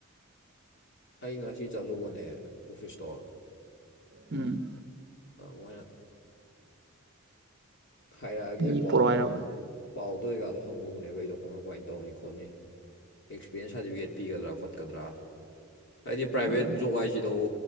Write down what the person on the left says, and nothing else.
ꯑꯩ ꯉꯁꯤ ꯆꯠꯂꯨꯕꯅꯦ ꯑꯣꯐꯤꯁꯇꯣ
ꯃꯣꯏꯅ ꯍꯥꯏꯔꯛꯑꯒꯦ
ꯄꯥꯎꯗꯣ
ꯄꯥꯎꯗꯣ ꯑꯣꯏꯒꯥꯗꯣ ꯍꯪꯉꯨꯕꯅꯦꯕ ꯑꯩꯗꯣ ꯀꯃꯥꯏ ꯀꯃꯥꯏꯅ ꯇꯧꯅꯤ ꯈꯣꯠꯅꯤ ꯑꯦꯛꯁꯄꯤꯔꯤꯦꯟꯁ ꯁꯥꯔꯇꯤꯀꯦꯠ ꯄꯒꯗ꯭ꯔꯥ ꯈꯣꯠꯀ꯭ꯔꯥ ꯍꯥꯏꯗꯤ ꯄ꯭ꯔꯥꯏꯕꯦꯠ
ꯖꯣꯕ ꯍꯥꯏꯗꯕꯨ